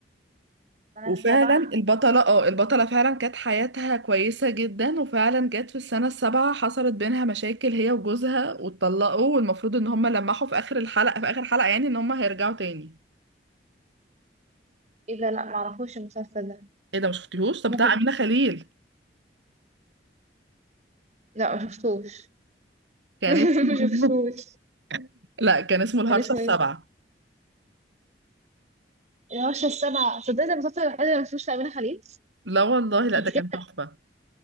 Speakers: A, on the right (about 40°); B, on the right (about 80°).
A: أنا
B: وفعلا
A: السبعة
B: البطلة اه البطلة فعلا كانت حياتها كويسة جدا وفعلا جت في السنة السابعة حصلت بينها مشاكل هي وجوزها واتطلقوا والمفروض ان هما لمحوا في اخر الحلقة في اخر حلقة يعني ان هما هيرجعوا تاني
A: ايه ده لا معرفوش المسلسل ده
B: ايه ده مشفتيهوش طب
A: ممكن
B: بتاع أمينة خليل
A: لا ما شفتوش
B: كان
A: <laughs>
B: اسمه
A: ما شفتوش
B: <laughs> لا كان اسمه الهرشة
A: كان اسمه
B: السابعة
A: ايه؟ الهوشة السبعة صدقت المسلسل الوحيد اللي ما شفتوش لأمينة خليل
B: لا والله لا
A: انت
B: ده كان
A: كده
B: تحفة